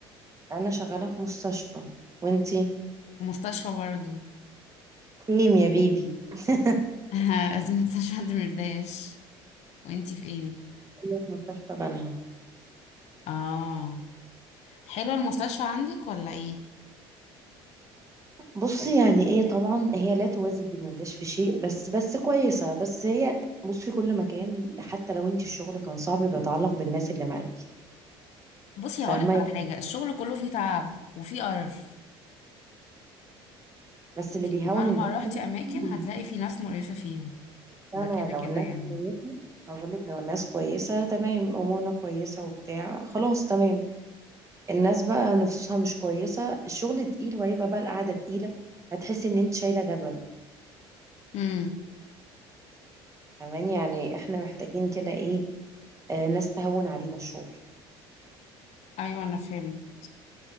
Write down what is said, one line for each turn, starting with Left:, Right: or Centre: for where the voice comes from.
Right: انا شغالة في مستشفى وانتي
Left: في مستشفى برضو
Right: سيم يا بيبي <laughs>
Left: <laughs> في مستشفى دمرداش وانت فين
Right: في مستشفى بنها
Left: اه حلوة المستشفى عندك ولا ايه
Right: بصي يعني ايه طبعا هي لا توازي بمداش في شيء بس بس كويسة بس هي بصي كل مكان حتى لو انتي الشغل كان صعب بيتعلق بالناس اللي معاكي
Left: بصي
Right: فاهمة
Left: هقولك
Right: يعني
Left: على حاجة الشغل كله فيه تعب وفيه قرف
Right: بس
Left: انت
Right: اللي بيهون
Left: مهما
Right: الناس
Left: روحتي
Right: اللي
Left: اماكن
Right: معاكي.
Left: هتلاقي في ناس مقرفة فيها
Right: <laughs> فاهمة
Left: ده كده
Right: يعني لو
Left: كده
Right: الناس
Left: يعني
Right: كويسة أقول لك لو الناس كويسة تمام أمورنا كويسة وبتاع خلاص تمام الناس بقى نفسها مش كويسة الشغل تقيل وهيبقى بقى القعدة تقيلة هتحسي ان انت شايلة جبل
Left: امم
Right: فاهماني يعني احنا محتاجين كده ايه آه، ناس تهون علينا الشغل
Left: ايوه انا فهمت